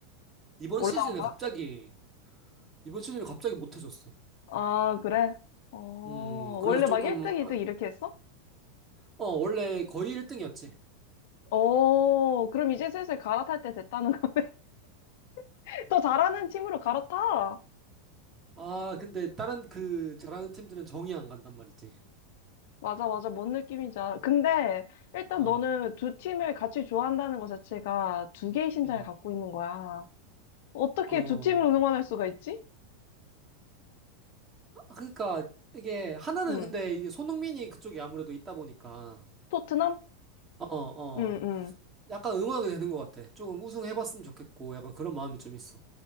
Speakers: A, on the right (about 25°); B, on the left (about 65°).
A: 이번
B: 올라온
A: 시즌에
B: 거야?
A: 갑자기 이번 시즌에 갑자기 못해졌어.
B: 아, 그래? 어,
A: 음, 그래서
B: 원래
A: 조금
B: 막 1등, 2등
A: 아,
B: 이렇게 했어?
A: 어, 원래 거의 1등이었지.
B: 어, 그럼 이제 슬슬 갈아탈 때 됐다는 거. <laughs> 더 잘하는 팀으로 갈아타.
A: 아, 근데 다른 그 잘하는 팀들은 정이 안 간단 말이지.
B: 맞아, 맞아. 뭔 느낌인지 알아. 근데 일단
A: 어.
B: 너는 두 팀을 같이 좋아한다는 것 자체가 두 개의 심장을
A: 음.
B: 갖고 있는 거야. 어떻게
A: 어.
B: 두 팀을 응원할 수가 있지?
A: 아, 그러니까 이게 하나는
B: 응.
A: 근데 이게 손흥민이 그쪽에 아무래도 있다 보니까
B: 토트넘?
A: 어, 어.
B: 응, 응.
A: 약간 응원하게 되는 것 같아. 조금 우승해 봤으면 좋겠고 약간 그런 마음이 좀 있어.